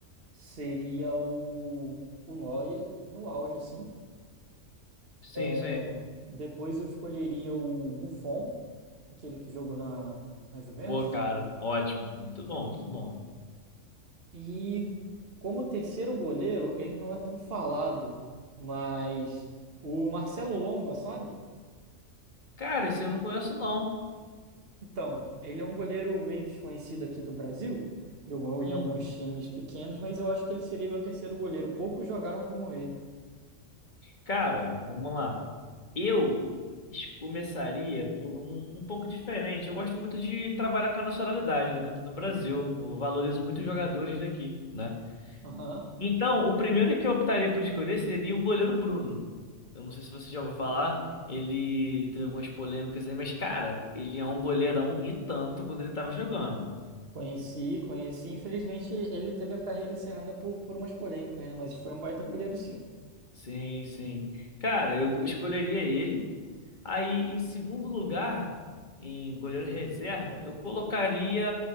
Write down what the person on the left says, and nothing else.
Sim, sim.
Pô, cara, ótimo. Muito bom, muito bom.
Cara, esse eu não conheço, não.
Hum.
Cara, vamos lá. Eu es- começaria por um, um pouco diferente. Eu gosto muito de trabalhar com a nacionalidade, né, dentro do Brasil. Eu valorizo muito os jogadores daqui, né?
Então, o primeiro que eu optaria por escolher seria o goleiro Bruno. Eu não sei se você já ouviu falar, ele teve algumas polêmicas aí, mas, cara, ele é um goleirão e tanto quando ele estava jogando.
Sim, sim. Cara, eu escolheria ele. Aí, em segundo lugar, em goleiro reserva, eu colocaria